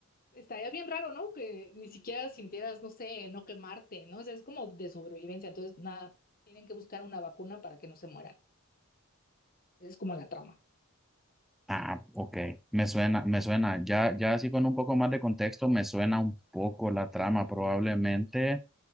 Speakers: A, on the left; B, in the centre.
A: estaría bien raro, ¿no? Que ni siquiera sintieras, no sé, no quemarte, ¿no? O sea, es como de sobrevivencia, entonces nada, tienen que buscar una vacuna para que no se mueran. Esa es como la trama
B: Ah, ok, me suena, me suena. Ya, ya así con un poco más de contexto, me suena un poco la trama. Probablemente